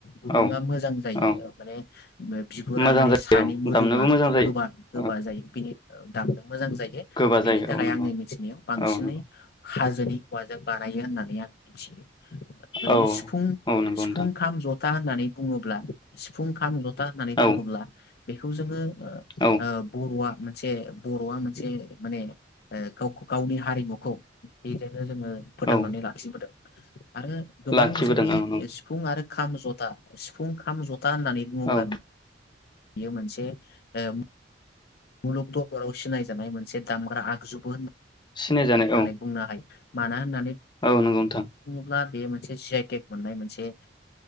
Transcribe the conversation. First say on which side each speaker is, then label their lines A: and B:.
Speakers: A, on the left; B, on the left.
A: गुदुङा
B: औ
A: मोजां जायो
B: औ
A: माने बिगुरा
B: मोजां
A: माने
B: जायो
A: सानै
B: औ
A: मोदोमा
B: दामनोबो मोजां जायो
A: गोबा गोबा
B: औ
A: जायो बेनि दामनो मोजां जायो
B: गोबा
A: बेनि
B: जायो
A: थाखाय
B: औ नंगौ
A: आंनि मिथिनायाव बांसिनै
B: औ नंगौ
A: हाजोनि औवाजों बानायो होननानै आं मिथियो। ओरैनो
B: औ
A: सिफुं
B: औ नंगौ
A: सिफुं
B: नोंथां
A: खाम जथा होननानै बुङोब्ला सिफुं खाम था होननानै
B: औ
A: बुङोब्ला बेखौ जोङो
B: औ
A: ओ बर'आ मोनसे बर'आ मोनसे माने गाव गावनि हारिमुखौ बे नो जोङो फोथांनानै
B: औ
A: लाखिबोदों। <inaudible> आरो गोबां
B: लाखिबोदों
A: जोंनि
B: औ नंगौ
A: सिफुं आरो खाम जथा सिफुं खाम ज था होननानै बुङोब्ला
B: औ
A: बियो बियो मोनसे ओम मुलुग दबराव सिनायजानाय मोनसे दामग्रा आगजुबो होन
B: सिनायजानाय
A: होननानै
B: औ
A: बुंनो हायो। माना होननानै
B: औ नंगौ नोंथां
A: बुङोब्ला बेयो मोनसे जि आइ टेक मोननाय मोनसे